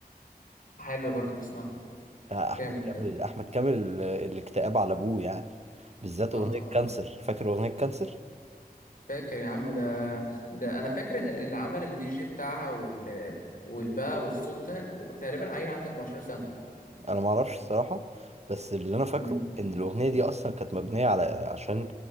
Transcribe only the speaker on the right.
لا أحمد
كامل
أحمد كامل آه، الاكتئاب على أبوه يعني بالذات
أغنية
كانسر فاكر أغنية كانسر
انا ما اعرفش الصراحه بس اللي انا فاكره
ان الاغنيه دي اصلا كانت مبنيه على عشان